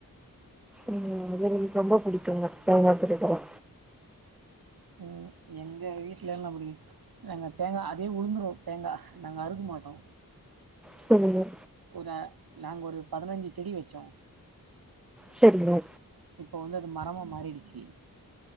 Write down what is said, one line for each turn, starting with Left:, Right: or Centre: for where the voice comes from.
Centre: ம் <unintelligible> ரொம்பப் புடிக்குங்க தேங்கா குருதெலா
Right: ம் எங்க வீட்லெலா அப்டி நாங்கத் தேங்கா அதே உழுந்துரு தேங்கா நாங்க அறுக மாட்டோ
Centre: செரிங்க
Right: ஒரு‌ அ நாங்க ஒரு பதனஞ்சி செடி வெச்சோ
Centre: செரிங்கோ
Right: இப்போ வந்து அது மரமா மாறிடுச்சி